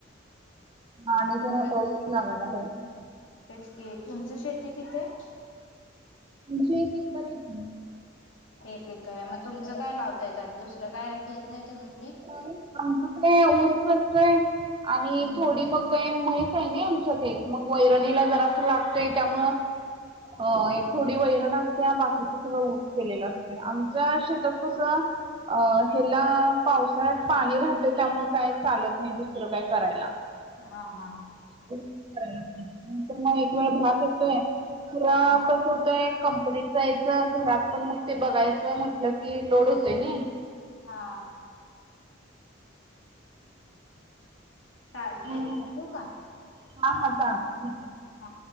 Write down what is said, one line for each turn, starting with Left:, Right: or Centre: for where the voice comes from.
Right: आणि
Left: तुमचं
Right: जरा पाऊसच लागयला पाहिजे.
Left: तेच की, तुमची शेती किती आहे?
Right: तुमची एक एकर आहे की.
Left: एक एक आहे मग तुमचं काय लावताय त्यात दुसरं काय घेत नाही तुम्ही पीक
Right: नाही आमचं ते ऊसच असतय. आणि
Left: हम्म
Right: थोडी
Left: हम्म
Right: मग. काही माहीत आहे ना आमच्या ते मग वैरणीला जरा असं लागतंय त्यामुळ. अ एक थोडी वैर न असते बाकीच सगळं ऊस केलेला असत आमच्या शेतात कसं. अ ह्याला, पावसाळ्यात पाणी राहतं त्यामुळं काय चालत नाही दुसरं काय करायला.
Left: हा हा
Right: करायला पाहिजे, नंतर म एक वेळ भात येतोय - पुन्हा
Left: हा
Right: कसं होतंय कंपनी जायचं, घरात पण मग ते बघायचं म्हंटलं की, लोड होतोय नाही.
Left: हा चालतंय
Right: म्हणून
Left: मग ठेऊ का?
Right: मग हा हा चालतंय ठीक आहे
Left: हा